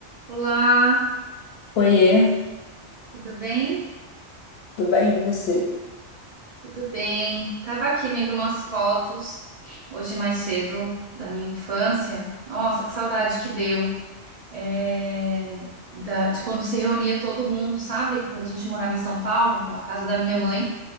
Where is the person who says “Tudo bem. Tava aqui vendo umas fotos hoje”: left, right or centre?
Right